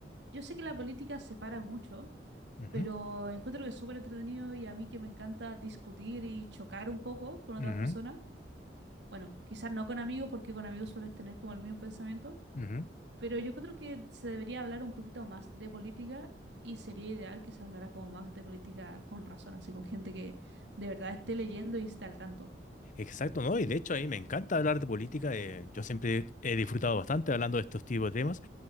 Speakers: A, on the right; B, on the left.
A: yo sé que la política separa mucho,
B: Ujú,
A: pero encuentro que es súper entretenido y a mí que me encanta discutir y chocar un poco con
B: ujú,
A: otras personas. Bueno, quizás no con amigos porque con amigos sueles tener como el mismo pensamiento
B: ujú.
A: Pero yo creo que se debería hablar un poquito más de política y sería ideal que se hablara como más de política con razón, así con gente que de verdad esté leyendo y esté al tanto.
B: Exacto, ¿no? Y de hecho, a mí me encanta hablar de política. eh, yo siempre he disfrutado bastante hablando de estos tipos de temas.